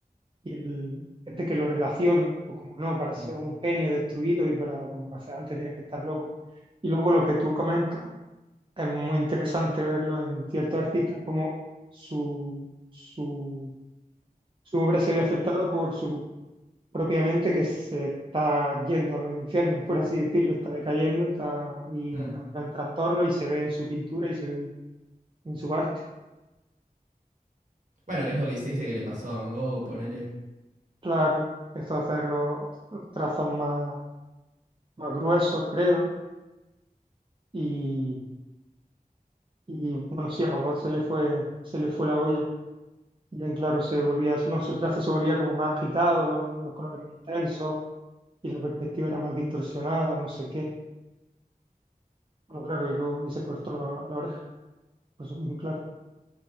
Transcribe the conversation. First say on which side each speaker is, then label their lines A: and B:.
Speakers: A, on the right; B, on the right.
A: y el gente que lo relaciona, o como no, para ser
B: Mm,
A: un genio destruido y para, como para hacer arte tienes que estar loco. Y luego lo que tú comentas es muy interesante verlo en ciertos artistas como su, su, su obra se ve afectada por su propiamente que se está yendo a los infiernos, por así decirlo, está decayendo, está y
B: mm.
A: acaba en trastorno y se ve en su pintura y se ve en, en su arte.
B: Bueno, que es lo que se dice que le pasó a Van Gogh, ponele.
A: Claro, empezó a hacer los, los trazos más, más gruesos, creo, y, y, bueno, sí, a Van Gogh se le fue, se le fue la olla. Y en claro se volvía, no, su trazo se volvía como más agitado, los, los colores más intensos y la perspectiva era más distorsionada, no sé qué. Bueno, claro, y luego y se cortó la, la oreja, pues claro,